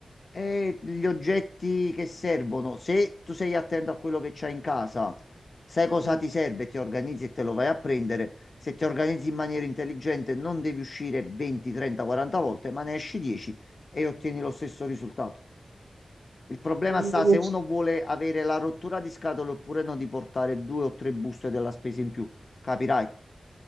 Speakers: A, on the left (about 55°); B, on the right (about 75°).
A: E gli oggetti che servono, se tu sei attento a quello che c'hai in casa, sai cosa
B: Mm.
A: ti serve, ti organizzi e te lo vai a prendere. Se ti organizzi in maniera intelligente, non devi uscire 20, 30, 40 volte, ma ne esci 10 e ottieni lo stesso risultato. Il problema
B: Se invece
A: sta se uno
B: ci-
A: vuole avere la rottura di scatole oppure no di portare due o tre buste della spesa in più. Capirai?